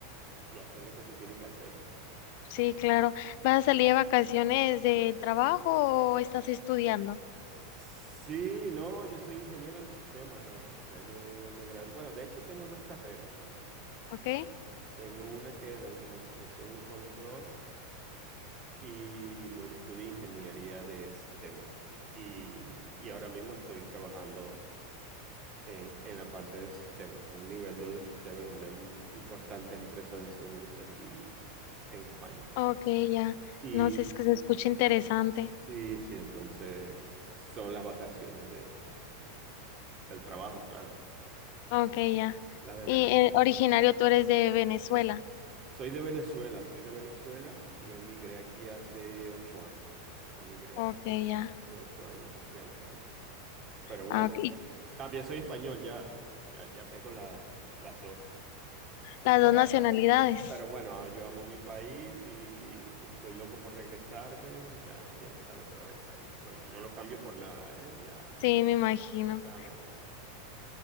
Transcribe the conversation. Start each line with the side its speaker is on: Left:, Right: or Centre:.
Right: y a hacer lo que se tiene que hacer.
Left: Sí, claro. ¿Vas a salir de vacaciones del trabajo o estás estudiando?
Right: Sí, no, yo soy ingeniero de sistemas, Daira. Ya yo me gradué. Bueno, de hecho tengo dos carreras, ¿sabes?
Left: Ok,
Right: Tengo una que es de automatización y control y luego estudié ingeniería de sistemas y, y ahora mismo estoy trabajando en, en la parte de sistemas, un nivel 2 de sistema en una im- importante empresa de seguros aquí en España.
Left: ok, ya.
Right: Y
Left: No sé, es que se escucha interesante.
Right: sí, sí, entonces son las vacaciones de- del trabajo, claro,
Left: Ok, ya.
Right: la de verano.
Left: Y eh, originario tú eres de Venezuela.
Right: Soy de Venezuela, soy de Venezuela y emigré aquí hace ocho años. Emigré
Left: Ok,
Right: hace,
Left: ya.
Right: hace ocho años aquí al país. Pero bueno,
Left: Ah, ok.
Right: también soy español, ya, ya, ya tengo la- las dos.
Left: Las
Right: Pero,
Left: dos nacionalidades.
Right: pero bueno, yo amo mi país y, y estoy loco por regresarme. Ya quiero estar otra vez allí. No, no lo cambio por nada, ¿eh? Ya,
Left: Sí, me imagino.
Right: o sea, no,